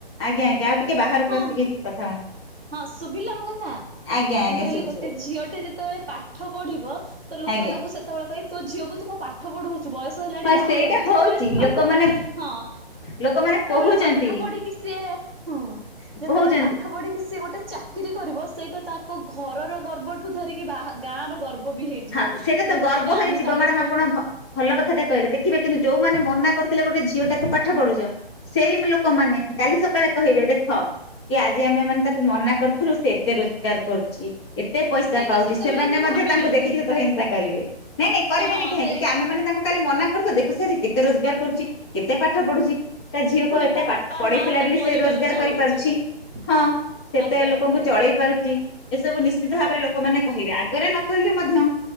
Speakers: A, on the left (about 25°); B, in the centre.
A: ଆଜ୍ଞା ଆଜ୍ଞା ଆଉ ଟିକେ ବାହାରକୁ
B: ହଁ
A: ଆସିକି ଟିକେ କଥା ହୁଅନ୍ତୁ।
B: ହଁ ଶୁଭିଲା ମୋ କଥା
A: ଆଜ୍ଞା ଆଜ୍ଞା
B: ମୁଁ କହିଲି
A: ଶୁଭୁଚି
B: ଗୋଟେ
A: ଏବେ
B: ଝିଅଟେ ଯେତେବେଳେ ପାଠ ପଢିବ ତ ଲୋକ
A: ଆଜ୍ଞା
B: ତାକୁ ସେତେବେଳେ କହି ତୋ ଝିଅକୁ ତୁ କ ପାଠ <unintelligible> ବୟସ ହେଲାଣି
A: ହଁ
B: ବାହା
A: ସେଇଟା
B: କରିଦେ
A: ହଉଛି
B: ଯେତେବେଳେ ସେ ପାଠ
A: ଲୋକମାନେ
B: ହଁ
A: ଲୋକମାନେ
B: ଯେତେବେଳେ
A: କହୁଛନ୍ତି
B: ପାଠ ପଢିକି କି ସିଏ ହୁଁ ଯେତେବେଳେ
A: କହୁଛନ୍ତି
B: ପାଠ ପଢିକି କି ସେ ଗୋଟେ ଚାକିରି କରିବ ସେଇଟା ତାଙ୍କ ଘରର ଗର୍ବ ଠୁ ଧରିକି ବା ଗାଁ ର ଗର୍ବ ବି ହେଇ ଯିବ
A: ହଁ ସେଇଟା ତ
B: ଯେ
A: ଗର୍ବ
B: ନାଇଁ ନାଇଁ
A: ହେଇଯିବ
B: ଆମେ କାଲି
A: ମ୍ୟାଡାମ
B: ଯୋଉ
A: ଆପଣ ଭଲ କଥାଟା କହିଲେ ଦେଖିବେ କିନ୍ତୁ ଯୋଉଁମାନେ ମନା କରୁଥିଲେ ଗୋଟେ ଝିଅ ଟାକୁ ପାଠ ପଢୁଛ ସେଇ ଲୋକମାନେ କାଲି ସକାଳେ କହିବେ ଦେଖ କି ଆଜି ଆମେ ମାନେ ତାକୁ ମନା କରିୁଥିଲୁ ସେ ଏତେ ରୋଜଗାର କରୁୁ ଛି ଏତେ ପଇସା
B: ସେଇଟା
A: ପାଉଛି
B: ସେତେବେଳେ
A: ସେମାନେ
B: କିଏ
A: ମଧ୍ୟ
B: ଭାବିବେନି
A: ତାଙ୍କୁ ଦେଖ ହିଂସା କରିବେ ନାଇଁ ନାଇଁ କରିବେନି
B: ହଁ
A: କାହିଁକି
B: ଦେ
A: କି ଆମେ ମାନେ ତାଙ୍କୁ ତାହେଲେ ମନା କରୁ ତ ଦେଖ ସେଜି କେତ ରୋଜଗାର କରୁଛି କେତେ ପାଠ ପଢୁଛି ତା ଝିଅକୁ
B: ପୁଣି
A: ଏତେ
B: ତା
A: ପାଠ
B: ବାପା
A: ପଢେଇଥିଲା
B: ମା ତା
A: ବୋଲି
B: ପରିବାର
A: ସିଏ ରୋଜଗାର
B: ଚଳଉଚି।
A: କରିପାରୁଛି। ହଁ। ସେତେ
B: ଆଜ୍ଞା
A: ଲୋକଙ୍କୁ
B: ଆଜ୍ଞା।
A: ଚଳେଇ ପାରୁଛି। ଏସବୁ ନିଶ୍ଚିତ ଭାବରେ ଲୋକମାନେ କହିବେ ଆଗରେ ନ କହିଲେ ମଧ୍ୟ